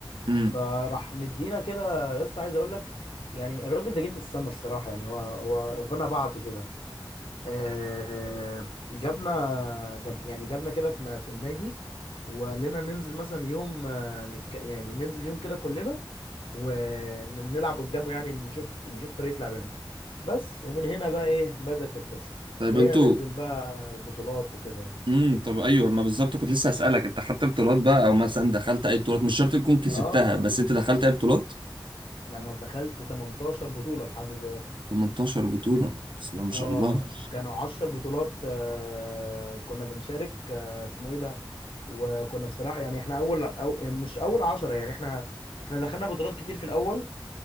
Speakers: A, on the right (about 70°); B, on the left (about 85°).
A: امم
B: فراح مدينا كده يا اسطى عايز اقول لك يعني الراجل ده جه من السما الصراحه يعني هو هو ربنا بعته كده آه، جابنا جاب يعني جابنا كده في في النادي وقال لنا ننزل مثلا يوم آه، نك يعني ننزل يوم كده كلنا ونلعب قدامه يعني نشوف يشوف طريقه لعبنا بس ومن هنا بقى ايه بدأت القصه
A: <clears throat> طيب
B: بقينا
A: انتوا
B: ننزل بقى بطولات وكده يعني
A: امم طب ايوه ما بالظبط كنت لسه هسألك انت خدت بطولات بقى او مثلا دخلت اي بطولات مش شرط تكون كسبتها
B: اه
A: بس انت دخلت اي بطولات
B: يعني انا دخلت 18 بطوله لحد دلوقتي
A: 18 بطولة بسم الله ما شاء
B: اه
A: الله
B: كانوا عشر بطولات آه كنا بنشارك آه اسمه ايه ده وكنا بصراحة يعني احنا اول أو مش اول عشرة يعني احنا احنا دخلنا بطولات كتير في الاول